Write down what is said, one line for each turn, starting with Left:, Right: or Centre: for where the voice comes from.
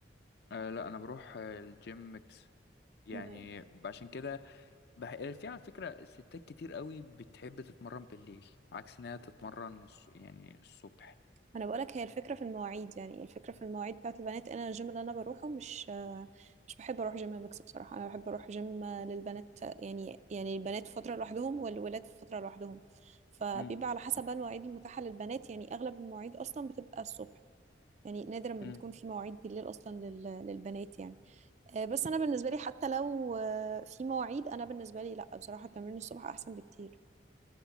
Left: آه لا أنا بروح آه، الجيم ميكس يعني
Right: مم.
Left: عشان كده بح... آه، في على فكرة ستات كتير قوي بتحب تتمرن بالليل عكس إنها تتمرن الص... يعني الصبح
Right: أنا بقولك هي الفكرة في المواعيد يعني الفكرة في المواعيد بتاعت البنات أنا الجيم اللي أنا بروحه مش آه، مش بحب أروح جيم ميكس بصراحة أنا بحب أروح جيم آه، للبنات آه، يعني يعني البنات في فترة لوحدهم والولاد في فترة لوحدهم فبيبقى
Left: مم.
Right: على حسب بقى المواعيد المتاحة للبنات يعني أغلب المواعيد أصلا بتبقى الصبح يعني نادرا ما
Left: مم.
Right: بتكون في مواعيد بالليل أصلا لل- للبنات يعني آه، بس انا بالنسبه لي حتى لو آه، في مواعيد انا بالنسبه لي لا بصراحه تمرين الصبح احسن بكتير